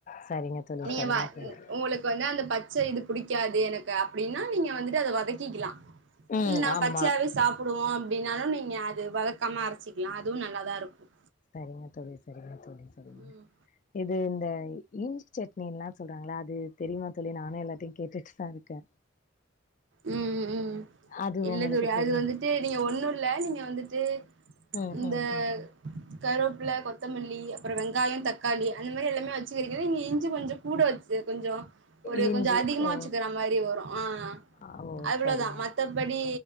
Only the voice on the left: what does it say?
சரிங்க தோழி
சரிங்க தோழி
ம்
ஆமா
சரிங்க தோழ சரிங்க தோழி சரிங்க
இப் அது இந்த இஞ்சி சட்னின்ல்லா சொல்றாங்களா அது தெரியுமா தோழி நானும் எல்லாத்தையும் கேட்டுட்டு தான் இருக்க
அது
உங்களுக்கு
தெரியு
ம்
ம் ம்
இஞ்சி
ஓ
ஆ ஓ
சரிங்க